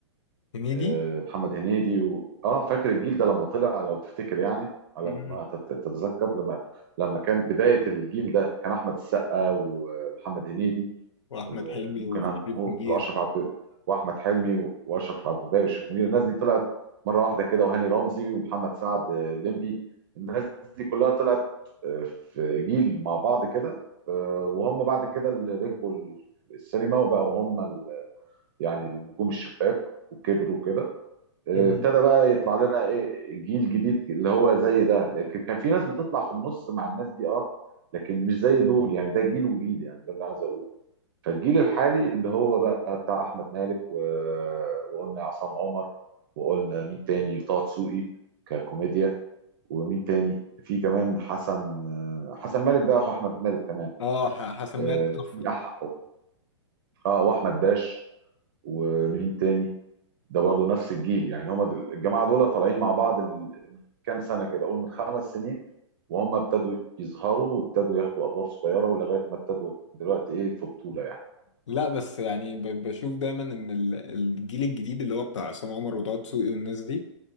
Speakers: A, on the left (about 75°); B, on the right (about 45°).
A: هنيدي
B: آه، محمد هنيدي و... اه فاكر الجيل ده لما طلع لو تفتكر يعني على
A: مم.
B: ما تت- تتذكر لما لما كان بداية الجيل ده كان احمد السقا ومحمد هنيدي
A: واحمد
B: وممكن
A: حلمي وشريف
B: هنقول
A: منير
B: اشرف عبد واحمد حلمي واشرف عبد الباقي وشريف منير الناس دي طلعت مره واحده كده وهاني رمزي ومحمد سعد الليمبي الناس دي كلها طلعت آه، في جيل مع بعض كده آه، وهم بعد كده اللي ركبوا السينما وبقوا هم ال- يعني النجوم الشباك وكبروا كده ابتدى
A: مم.
B: بقى يطلع لنا ايه جيل جديد اللي هو زي ده لكن كان في ناس بتطلع في النص مع الناس دي اه لكن مش زي دول يعني ده جيل وجيل يعني ده اللي عايز اقوله فالجيل الحالي اللي هو بقى بتاع احمد مالك و... وقلنا عصام عمر وقلنا مين تاني طه دسوقي ككوميديا ومين تاني في كمان حسن حسن مالك ده اخو احمد مالك تمام
A: اه ح- حسن مالك
B: آه،
A: تحفه
B: في أح... اه واحمد داش ومين تاني ده برضو نفس الجيل يعني هم دل... الجماعه دول طالعين مع بعض ال... من كام سنه كده قول من خمس سنين وهم ابتدوا يظهروا وابتدوا ياخدوا ادوار صغيره ولغايه ما ابتدوا دلوقتي ايه في بطوله يعني
A: لا بس يعني ب- بشوف دايما ان ال- الجيل الجديد اللي هو بتاع عصام عمر وطه دسوقي والناس دي